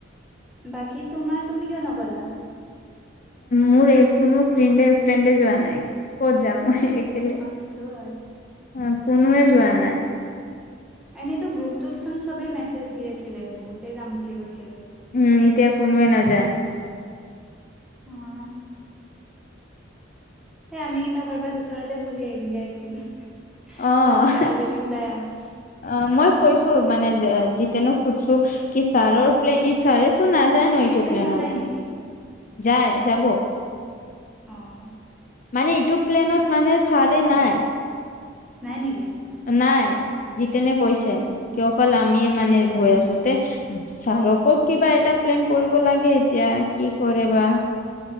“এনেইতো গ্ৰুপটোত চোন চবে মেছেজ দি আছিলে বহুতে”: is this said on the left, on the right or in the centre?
Centre